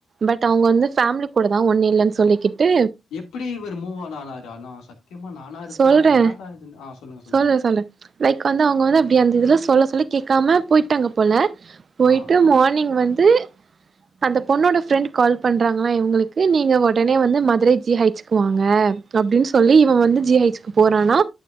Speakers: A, on the right (about 50°); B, on the left (about 75°).
A: பட் அவங்க வந்து ஃபேமிலி கூட தா ஒண்ணு இல்லன் சொல்லிக்கிட்டு
B: எப்பிடி இவர் மூவான் ஆனாரு ஆனா சத்தியமா நானா இருந்தா
A: சொல்றே
B: என்னாடா இதுன்னு ஆ சொல்லுங்க சொல்லுங்க
A: சொல்றே சொல்றே லைக் வந்து அவங்க வந்து அப்டி அந்த இதுல சொல்ல சொல்ல கேக்காம போயிட்டாங்க போல போய்ட்டு
B: ஆ
A: மார்னிங் வந்து அந்த பொண்ணோட ஃப்ரெண்ட்டு கால் பண்றாங்களா இவுங்குளுக்கு நீங்க ஒடனே வந்து மதுரை ஜி ஹைச்க்கு வாங்க அப்டின் சொல்லி இவ வந்து ஜி ஐச்க்கு போறானா